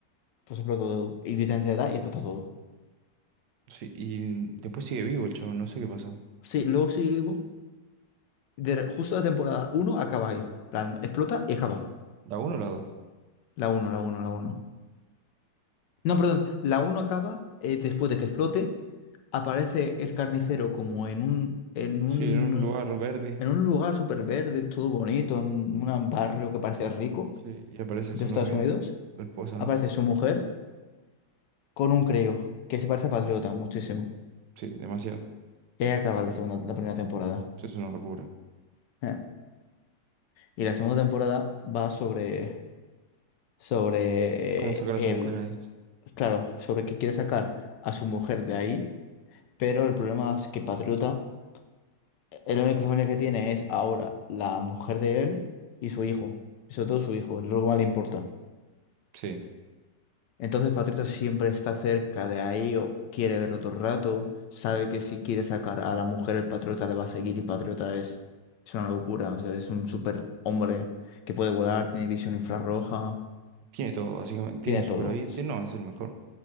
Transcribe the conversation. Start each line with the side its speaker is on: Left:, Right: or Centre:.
Left: Pues exploto todo. Y literalmente le da y explota todo.
Right: Sí, y después sigue vivo el chavo no sé qué pasó.
Left: Sí, luego sigue vivo. De, re- justo la temporada uno acaba ahí. Plan, explota y acaba.
Right: ¿La uno o la dos?
Left: La uno la uno la uno No, perdón, la uno acaba eh, después de que explote, aparece el carnicero como en un, en un,
Right: Sí, en un lugar verde.
Left: en un lugar súper verde, todo bonito, en un barrio que parece rico
Right: Sí, y aparece
Left: de
Right: su
Left: Estados
Right: novia.
Left: Unidos.
Right: Su esposa,
Left: Aparece
Right: ¿no?
Left: su mujer con un creo, que se parece a Patriota muchísimo.
Right: Sí, demasiado.
Left: Y ahí acaba la segunda, la primera temporada.
Right: Eso es una locura.
Left: Eh, Y la segunda temporada va sobre, sobre
Right: ¿Cómo sacar
Left: eh, el,
Right: a su mujer ahí?
Left: claro, sobre que quiere sacar a su mujer de ahí, pero el problema es que Patriota eh, La única familia que tiene es ahora la mujer de él y su hijo. Y sobre todo su hijo, es lo que más le importa.
Right: Sí.
Left: Entonces Patriota siempre está cerca de ahí o quiere verlo todo el rato. Sabe que si quiere sacar a la mujer, el Patriota le va a seguir y Patriota es, es una locura. O sea, es un super hombre que puede volar, tiene visión infrarroja,
Right: Tiene todo, básicamente. Tiene
Left: tiene
Right: super
Left: todo.
Right: oído.
Left: Es,
Right: No, es el mejor.